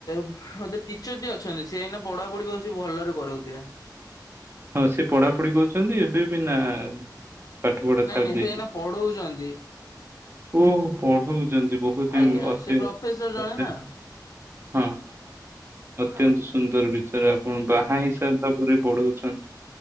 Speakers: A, on the left; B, on the right.
A: ବୋଧେ ଟିଚର ଟେ ଅଛନ୍ତି ସେ ଏଇନା ପଢା ପଢି ଆଉବି ସେ ଭଲରେ କରଉଥିବେ।
B: ହଁ ସେ ପଢାପଢି କରୁଛନ୍ତି ଏବେ ବି ନା ପାଠ ପଢ଼ା
A: ନାଇଁ
B: ଛାଢି
A: ନାଇଁ
B: ଦେଇଚି
A: ସେ ଏଇନା ପଢଉଛନ୍ତି
B: ଓହ ପଢଉଛନ୍ତି <unintelligible>
A: ଆଜ୍ଞା
B: ଅତି
A: ସେ ପ୍ରଫେସର
B: <unintelligible>
A: ଜଣେ ନା
B: ହଁ <inaudible> ଅତ୍ୟନ୍ତ ସୁନ୍ଦର ବିଚାର ଆପଣ ବାହାହେଇ
A: ଆଜ୍ଞା।
B: ସାରିବା ପରେ ବି ପଢଉଛନ୍ତି